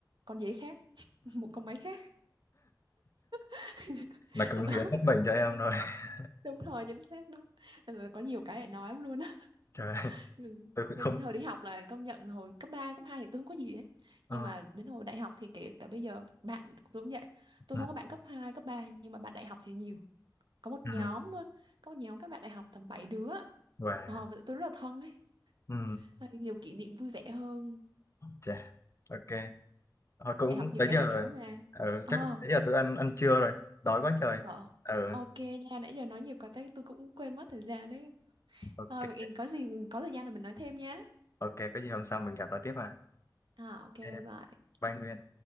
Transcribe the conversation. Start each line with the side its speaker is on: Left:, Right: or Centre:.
Right: con dế khác <laughs> một con máy khác <laughs>
Left: <laughs> là cưng
Right: đó
Left: hiến hết bệnh cho em rồi <laughs>
Right: đúng rồi chính xác đó nên là có nhiều cái để nói lắm luôn á
Left: trời
Right: <laughs> nên,
Left: tôi cũng
Right: nên
Left: không
Right: hồi đi học là công nhận hồi cấp 3 cấp 2 thì tôi không có gì hết
Left: Ờ,
Right: nhưng mà đến hồi đại học thì kể cả bây giờ bạn của tôi cũng vậy tôi
Left: ừ,
Right: không có bạn cấp 2 cấp 3 nhưng mà bạn đại học thì nhiều có một
Left: ừ,
Right: nhóm luôn có một nhóm các bạn đại học tầm 7 đứa
Left: và
Right: Ờ, và tụi tôi rất là thân ấy
Left: ừ,
Right: Hay nhiều kỷ niệm vui vẻ hơn
Left: chà ok Ờ, cũng
Right: để học nhiều
Left: tới
Right: cái
Left: giờ
Right: để nhớ
Left: rồi
Right: mà
Left: ừ,
Right: ờ
Left: chắc tới giờ tôi ăn ăn trưa rồi đói quá trời
Right: ờ,
Left: ừ,
Right: ok nha nãy giờ nói nhiều quá tới tôi cũng quên mất thời gian đấy
Left: ok
Right: ờ có gì có thời gian là mình nói thêm nhé.
Left: ok có gì hôm sau mình gặp lại tiếp à
Right: à ok bye
Left: Ok,
Right: bye
Left: bye Nguyên